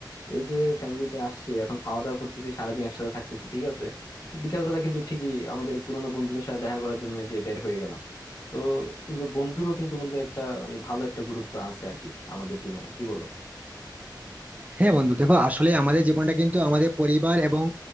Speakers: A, on the left; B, on the right.
A: এই যে ফ্যামিলিতে আসছি এখন খাওয়া দাওয়া করতেছি সারাদিন একসাথে থাকতেছি ঠিক আছে বিকালবেলা কিন্তু ঠিকই আমাদের পুরোনো বন্ধুদের সাথে দেখা করার জন্য এই যে বের হয়ে গেলাম তো কিন্তু বন্ধুরও কিন্তু বন্ধু একটা মানে ভালো একটা গুরুত্ব আছে আর কি আমাদের জীবনে কি বলো
B: হ্যাঁ বন্ধু দেখো আসলে আমাদের জীবনটা কিন্তু আমাদের পরিবার এবং